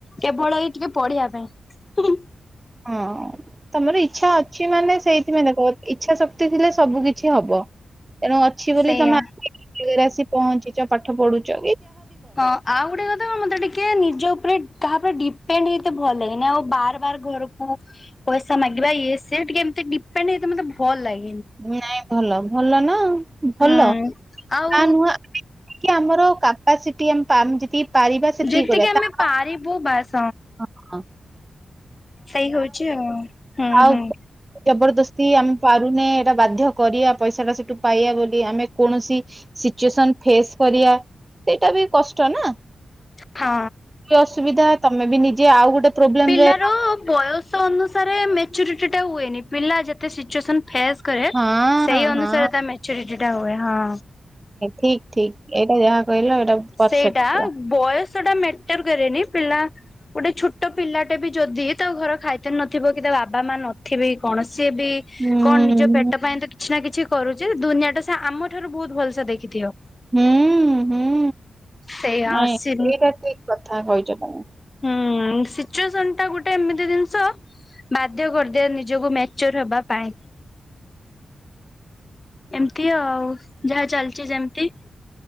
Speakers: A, on the left (about 35°); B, on the right (about 25°).
A: କେବଳ ଏଇ ଟିକେ ପଢିବା ପାଇଁ ହିଁ ହିଁ।
B: ହଁ। ତମର ଇଚ୍ଛା ଅଛି ମାନେ ସେଇଥିପାଇଁ ଦେଖ ଇଛା ଶକ୍ତି ଥିଲେ ସବୁ କିଛି ହବ। ତେଣୁ ଅଛି ବୋଲି
A: ସେଇଆ।
B: ତମେ <unintelligible> ଆସି ପହଞ୍ଚିଚ ପାଠ ପଢୁଚ।
A: ହଁ ଆଉ ଗୋଟେ କଥା କଣ ମତେ ଟିକେ ନିଜ ଉପରେ କାହାଉପରେ ଡିପେଣ୍ଡ ହେଇତେ ଭଲ ଲାଗେନି ଆଉ ବାର ବାର ଘରକୁ ପଇସା ମାଗିବା ଇଏ ସି ଟିକେ ଡିପେଣ୍ଡ ହେଇତ ମତେ ଭଲ ଲାଗେ
B: ନାଇଁ ଭଲ ଭଲ ନା
A: ହୁଁ
B: ଭଲ
A: ଆଉ
B: ତା ନୁହଁ କି ଆମର କାପାସିଟି ଆମ୍ ପାମ୍ ଯେ ତି ପାରିବା ସେତିକି
A: ଯେତିକି
B: କରିବା।
A: ଆମେ
B: ତାର
A: ପାରିବୁ ବାସ
B: ହଁ ହଁ।
A: ସେଇ ହଉଚି ଆଉ ହୁଁ
B: ଆଉ
A: ହୁଁ
B: ଜବରଦସ୍ତି ଆମେ ପାରୁନେ ଏଟା ବାଧ୍ୟ କରିବା ପଇସା ଟା ସେଟୁ ପାଇବା ବୋଲି ଆମେ କୌଣସି ସିଚୁଏସନ୍ ଫେସ୍ କରିବା ସେଇଟା ବି କଷ୍ଟ ନା।
A: ହଁ।
B: କି ଅସୁବିଧା ତମେ ବି ନିଜେ ଆଉ ଗୋଟେ ପ୍ରୋବ୍ଲେମ
A: ପିଲାର
B: ରେ
A: ବୟସ ଅନୁସାରେ ମେଚୁରିଟି ଟା ହୁଏନି। ପିଲା ଯେତେ ସିଚୁଏସନ୍ ଫେସ୍ କରେ
B: ହଁ
A: ସେଇ ଅନୁସାରେ
B: ହଁ
A: ତା ମେଚୁରିଟି ଟା ହୁଏ ହଁ।
B: ଠିକ୍ ଠିକ୍ ଏଇଟା ଯାହା କହିଲ ଏଇଟା ପରଫେକ୍ଟ
A: ସେଇଟା
B: ପୁରା
A: ବୟସ ଟା ମେଟର କରେନି। ପିଲା ଗୋଟେ ଛୋଟ ପିଲାଟେ ବି ଯଦି ତା ଘର ଖାଇତେ ନଥିବ କି ତା ବାବା ମା ନଥିବେ କଣ ସିଏ ବି
B: ହୁଁ
A: କଣ ନିଜ ପେଟ ପାଇଁ ତ କିଛି ନା କିଛି କରୁଚି ଦୁନିଆ ଟା ସେ ଆମଠାରୁ ବହୁତ ଭଲସେ ଦେଖିଥିବ।
B: ହୁଁ ହୁଁ
A: ସେଇଆ
B: ନାଇ ଏଇଟା
A: ସି
B: ଠିକ୍ କଥା କଇଚ ତମେ।
A: ହୁଁ ସିଚୁଏସନ ଟା ଗୋଟେ ଏମିତି ଜିନିଷ ବାଧ୍ୟ କରିଦିଏ ନିଜକୁ ମେଚର ହେବା ପାଇଁ। ଏମିତି ଆଉ ଯାହା ଚାଲିଚି ଯେମତି।